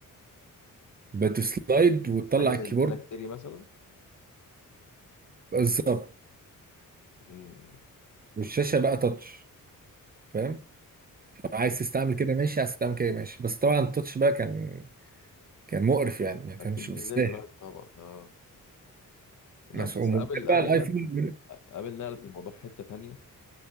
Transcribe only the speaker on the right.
بتسلايد وتطلع
الكيبورد
بالظبط
والشاشه بقى تاتش فاهم طب عايز تستعمل كده ماشي عايز تستعمل كده ماشي بس طبعا التاتش بقى كان كان مقرف يعني ما كانش
مستاهل
مسؤول
ممكن
بقى
الايفون